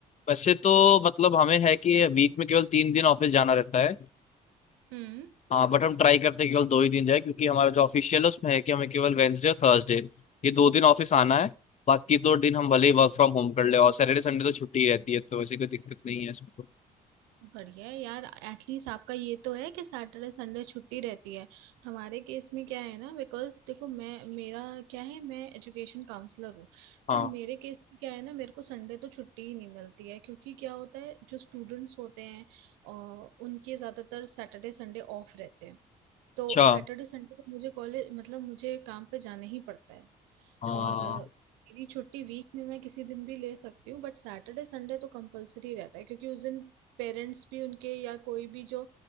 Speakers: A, on the left (about 45°); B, on the right (about 80°).
A: वैसे तो मतलब हमें है कि वीक में केवल तीन दिन ऑफिस जाना रहता है
B: हम्म
A: हाँ बट हम ट्राई करते हैं केवल दो ही दिन जाए क्योंकि हमारा जो ऑफिशियल है उसमें है कि हमें केवल वेंसडे और थर्सडे ये दो दिन ऑफिस आना है बाकी दो दिन हम भले ही वर्क फ्रॉम होम कर ले और सैटरडे संडे तो छुट्टी ही रहती है तो वैसे कोई दिक्कत नहीं है इसमें तो
B: बढ़िया है यार एटलीस्ट आपका ये तो है कि सैटरडे संडे छुट्टी रहती है हमारे केस में क्या है ना बिकॉज देखो मैं मेरा क्या है मैं एजुकेशन काउंसलर हूँ
A: हाँ
B: तो मेरे केस में क्या है ना मेरे को संडे तो छुट्टी ही नहीं मिलती है क्योंकि क्या होता है जो स्टूडेंट्स होते हैं और उनके ज्यादातर सैटरडे संडे ऑफ रहते हैं तो
A: अच्छा
B: सैटरडे संडे को मुझे कॉलेज मतलब मुझे काम पे जाना ही पड़ता है
A: हाँ
B: और मेरी छुट्टी वीक में मैं किसी दिन भी ले सकती हूँ बट सैटरडे संडे तो कंपलसरी रहता है क्योंकि उस दिन पेरेंट्स भी उनके या कोई भी जो